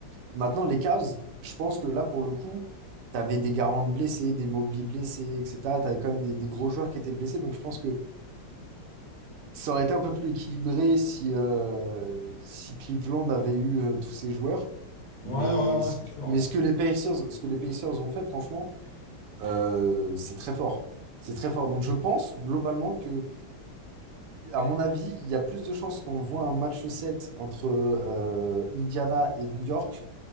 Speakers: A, on the right; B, on the left.
A: Maintenant, les Cavs, je pense que là, pour le coup, tu avais des Garland blessés, des Mobley blessés, etc. Tu avais quand même des, des gros joueurs qui étaient blessés, donc je pense que ça aurait été un peu plus équilibré si, euh, si Cleveland avait eu euh, tous ces joueurs.
B: Ouais,
A: Mais
B: ouais,
A: ce,
B: ouais, c'est sûr.
A: mais
B: hein.
A: ce que les Pacers, ce que les Pacers ont fait, franchement, euh, c'est très fort. C'est très fort. Donc je pense globalement que, à mon avis, il y a plus de chances qu'on voit un match 7 entre euh, Indiana et New York